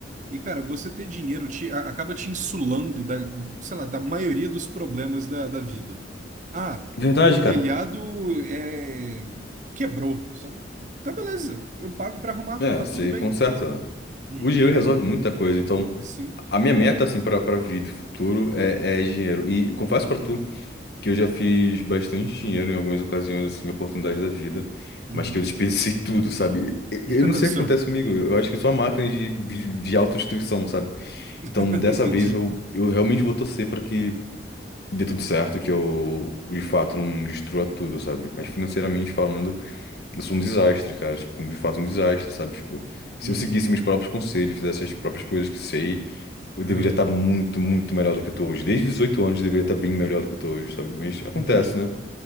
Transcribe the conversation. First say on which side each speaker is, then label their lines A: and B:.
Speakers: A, on the right; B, on the left.
A: E, cara, você ter dinheiro te, a- acaba te insulando da, sei lá, da maioria dos problemas da, da vida. Ah,
B: Verdade,
A: meu telhado
B: cara.
A: é, quebrou. Sacou? Tá beleza, eu pago pra arrumar,
B: É,
A: tá
B: você
A: tudo bem.
B: conserta.
A: Uhum.
B: O dinheiro resolve
A: Hum,
B: muita coisa, então.
A: Sim.
B: A minha meta, assim, para para vida futuro é, é dinheiro. E confesso para tu que eu já fiz bastante dinheiro em algumas ocasiões, assim, oportunidades da vida,
A: Uhum.
B: mas que eu desperdicei <laughs> tudo, sabe? Eu,
A: <laughs>
B: eu não
A: Olha
B: sei
A: só.
B: o que acontece comigo. Eu acho que sou uma máquina de, de, de autodestruição, sabe?
A: <laughs>
B: Então, dessa
A: Entendi.
B: vez, eu, eu realmente vou torcer para que dê tudo certo, que eu, de fato, não destrua tudo, sabe? Mas financeiramente falando. Eu sou um desastre, cara. Tipo, de fato, um desastre, sabe? Tipo, se
A: Uhum.
B: eu seguisse meus próprios conselhos, fizesse as próprias coisas que sei, eu deveria
A: Aham.
B: estar muito, muito melhor do que eu tô hoje. Desde os 18 anos, eu deveria estar bem melhor do que eu tô hoje, sabe? Mas acontece,
A: Entendi.
B: né?